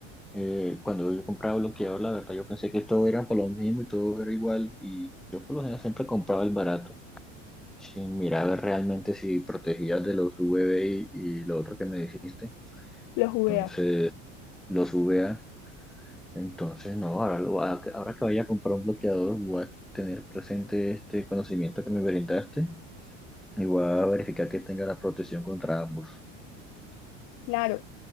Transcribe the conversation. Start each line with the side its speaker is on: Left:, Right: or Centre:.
Centre: eh, cuando yo compraba bloqueador, la verdad yo pensé que todo era por lo mismo y todo era igual y yo por lo general siempre compraba el barato sin mirar realmente si protegía de los UVB y, y lo otro que me dijiste.
Left: Los UVA,
Centre: Entonces, los UVA Entonces, no, ahora, lo, va- ahora que vaya a comprar un bloqueador, voy a tener presente este conocimiento que me brindaste y voy a verificar que tenga la protección contra ambos.
Left: claro.